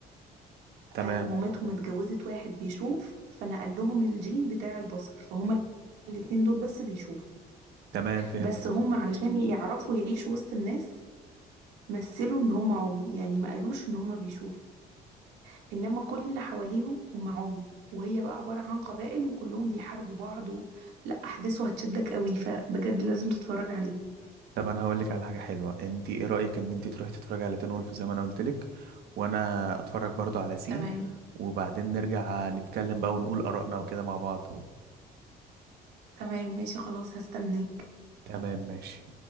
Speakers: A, on the right; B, on the right.
A: تمام
B: آه مامتهم اتجوزت واحد بيشوف فنقل لهم الجين بتاع البصر فهما الاتنين دول بس بيشوفوا
A: تمام فهمت
B: بس هما علشان يعرفوا يعيشوا وسط الناس مثلوا ان هما عمي يعني ما قالوش ان هما بيشوفوا انما كل اللي حواليهم هم عمي وهي بقى عبارة عن قبائل وكلهم بيحاربوا بعض و... لا احداثه هتشدك قوي فبجد لازم تتفرج عليه
A: طب انا هقول لك على حاجه حلوه انت ايه رايك ان انت تروحي تتفرجي على تين وولف زي ما انا قلت لك وانا اتفرج برضو على سي
B: تمام
A: وبعدين نرجع نتكلم بقى ونقول ارائنا وكده مع بعض
B: تمام ماشي خلاص هستناك
A: تمام ماشي